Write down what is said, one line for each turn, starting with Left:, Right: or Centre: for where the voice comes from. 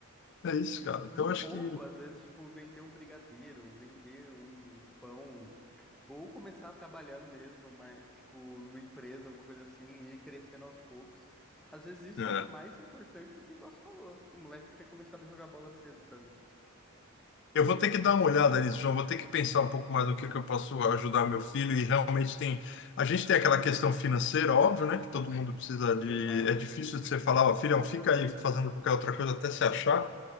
Left: É isso,
Centre: E, e
Left: cara.
Centre: no
Left: Então acho
Centre: pouco,
Left: que.
Centre: às vezes, tipo, vender um brigadeiro, vender um pão, ou começar trabalhando mesmo, mas, tipo, numa empresa, alguma coisa assim, e ir crescendo aos poucos. Às vezes
Left: é.
Centre: isso é mais importante do que o Gosto falou. O moleque ter começado a jogar bola cedo, sabe?
Left: Eu vou ter que dar uma olhada nisso, João. Vou ter que pensar um pouco mais do que que eu posso ajudar meu filho. E realmente tem. A gente tem aquela questão financeira, óbvio, né? Que todo mundo precisa de.
Centre: Exato.
Left: É difícil de você falar, ó, filhão, fica aí fazendo qualquer outra coisa até se achar.